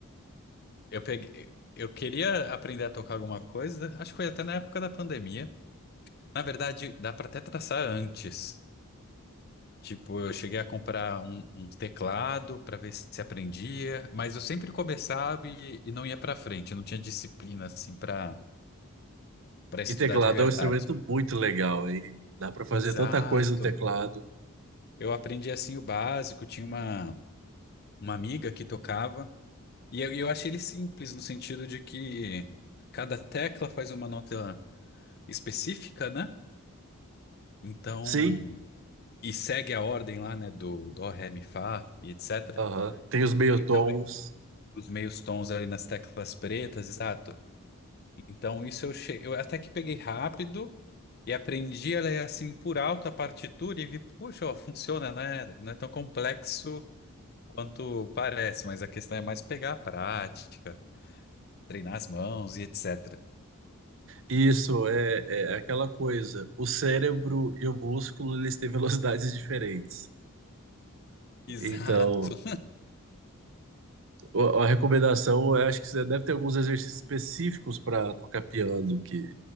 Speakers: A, on the left; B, on the right.
A: eu peguei, eu queria aprender a tocar alguma coisa, acho que foi até na época da pandemia. Na verdade, dá para até traçar antes. Tipo, eu cheguei a comprar um, um teclado para ver se aprendia, mas eu sempre começava e, e não ia para frente, eu não tinha disciplina assim para para estudar
B: E teclado
A: de verdade.
B: é um instrumento muito legal aí. Dá pra fazer
A: Exato.
B: tanta coisa no teclado.
A: Eu aprendi assim o básico, tinha uma uma amiga que tocava E eu, eu achei ele simples no sentido de que cada tecla faz uma nota específica, né? Então,
B: Sim,
A: e segue a ordem lá, né, do dó, ré, mi, fá e etc.
B: aham. Tem os meio
A: Então,
B: tons.
A: é- os meios tons ali nas teclas pretas, exato. Então, isso eu, che... eu até que peguei rápido e aprendi ela é assim por alto a partitura e vi, puxa, ó, funciona, né? Não é tão complexo quanto parece, mas a questão é mais pegar a prática, treinar as mãos e etc.
B: Isso é, é aquela coisa. O cérebro e o músculo eles têm velocidades <laughs> diferentes.
A: <laughs> Exato.
B: Então, o- a recomendação, eu acho que você deve ter alguns exercícios específicos para tocar piano, que,